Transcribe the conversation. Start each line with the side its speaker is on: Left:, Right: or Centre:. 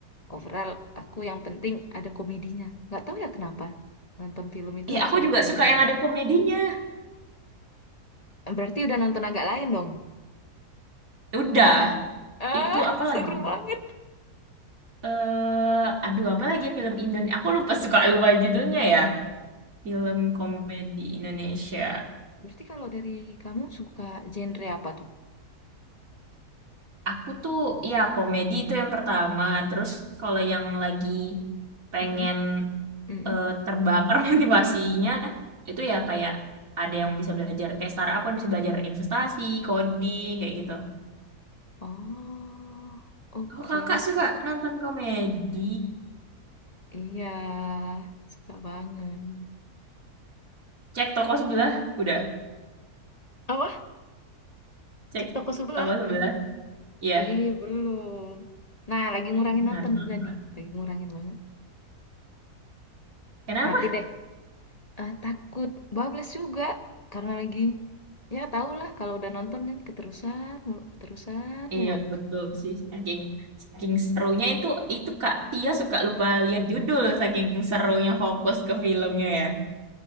Left: overall aku yang penting ada komedinya nggak tahu ya kenapa nonton film itu
Right: Iya,
Left: harus
Right: aku
Left: ada
Right: juga
Left: komedinya
Right: suka yang ada komedinya.
Left: berarti udah nonton agak lain dong
Right: Udah,
Left: ah
Right: itu
Left: <laughs>
Right: apa
Left: seru
Right: lagi?
Left: banget
Right: Eh, aduh, apa lagi ya, film Indonesia? Aku lupa suka lupa judulnya ya. Film komedi Indonesia.
Left: berarti kalau dari kamu suka genre apa tuh
Right: Aku tuh ya komedi itu yang pertama. Terus kalau yang lagi pengen
Left: Mm-mm, mm-mm.
Right: eh, terbakar <laughs> motivasinya itu ya kayak ada yang bisa belajar kayak startup kan bisa belajar investasi, coding kayak gitu.
Left: oh oke
Right: Oh kakak suka nonton komedi?
Left: iya suka banget
Right: Cek toko sebelah, udah.
Left: Apa?
Right: Cek
Left: Cek toko sebelah.
Right: toko sebelah, iya
Left: Ih, belum. Nah, lagi ngurangin
Right: Hmm,
Left: nonton
Right: harus nonton.
Left: juga nih. Lagi ngurangin banget.
Right: Kenapa?
Left: Nanti deh. Eh, takut bablas juga. Karena lagi... Ya, tau lah. Kalau udah nonton kan keterusan mulu. Keterusan
Right: Iya
Left: mulu.
Right: betul sih saking saking serunya itu itu Kak Tia suka lupa lihat judul saking serunya fokus ke filmnya ya.